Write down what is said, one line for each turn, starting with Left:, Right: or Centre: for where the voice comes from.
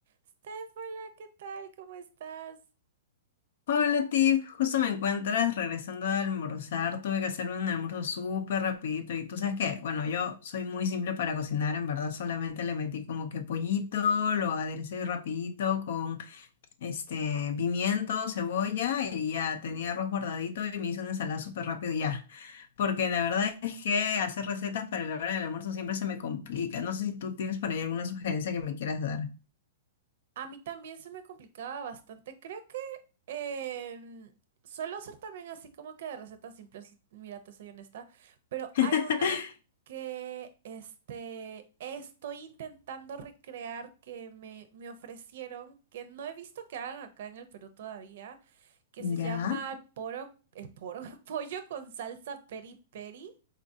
Right: Steph, hola, ¿qué tal? ¿Cómo estás?
Left: Hola Tiff, justo me encuentras regresando a almorzar, tuve que hacerme un almuerzo súper rapidito y tú sabes que, bueno, yo soy muy simple para cocinar, en verdad solamente le metí como que pollito, lo aderecé rapidito con este pimiento, cebolla y ya tenía
Right: Mm,
Left: arroz guardadito y me hice una ensalada súper rápido y ya, porque la verdad es que hacer recetas para la hora del almuerzo siempre se me complica, no sé si tú tienes por ahí alguna sugerencia que me quieras dar.
Right: A mí también se me complicaba bastante. Creo que em, suelo hacer también así como que de recetas simples, mira, te soy honesta, pero
Left: <laughs>
Right: hay una que este, estoy intentando recrear que me, me ofrecieron, que no he visto que hagan acá en el Perú todavía, que
Left: ¿Ya?
Right: se llama poro, el poro, <laughs> pollo con salsa peri peri.